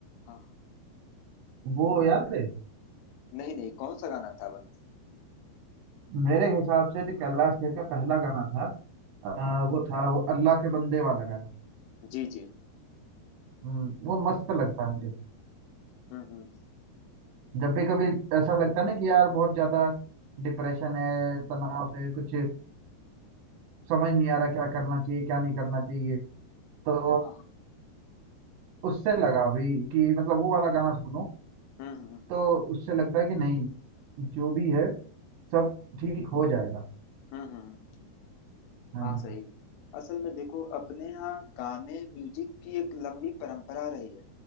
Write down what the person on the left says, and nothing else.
हाँ हाँ
नहीं नहीं कौन सा गाना था वह
जी जी
हम्म हम्म
हाँ हाँ
हम्म हम्म
हम्म हम्म हम्म।
हाँ सही असल में देखो अपने यहाँ गाने म्यूजिक की एक लंबी परंपरा रही है